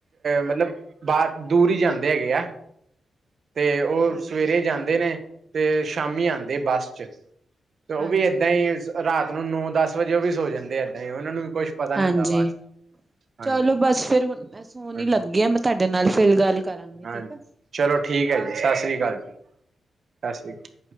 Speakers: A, on the right; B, on the right.
A: ਮਤਲਬ ਬਾਹਰ ਦੂਰ ਹੀ ਜਾਂਦੇ ਹੈਗੇ ਆ। ਤੇ ਉਹ
B: ਹਾਂਜੀ
A: ਸਵੇਰੇ ਜਾਂਦੇ ਨੇ ਤੇ ਸ਼ਾਮੀ ਆਉਂਦੇ ਬੱਸ ਚ ਤੇ ਉਹ
B: ਹਾਂਜੀ
A: ਵੀ ਏਦਾਂ ਹੀ ਰਾਤ ਨੂੰ ਨੌ ਦਸ ਵਜੇ ਉਹ ਵੀ ਸੋ ਜਾਂਦੇ, ਏਦਾਂ ਹੀ ਉਹਨਾਂ ਨੂੰ ਕੁੱਛ ਪਤਾ
B: ਹਾਂਜੀ
A: ਨੀ ਹੁੰਦਾ ਬਾਅਦ ਹਾਂਜੀ
B: ਚਲੋ ਬਸ ਫੇਰ ਮੈਂ ਸੋਹਣ
A: ਹਾਂਜੀ
B: ਲੱਗੀ ਆ, ਮੈਂ ਤੁਹਾਡੇ ਨਾਲ ਫਿਰ ਗੱਲ ਕਰਾਂਗੀ। ਠੀਕ
A: ਹਾਂ
B: ਆ
A: ਚਲੋ ਠੀਕ ਹੈ, ਜੀ ਸਤਿ ਸ੍ਰੀ ਅਕਾਲ, ਜੀ ਸਤਿ ਸ੍ਰੀ ਅਕਾਲ।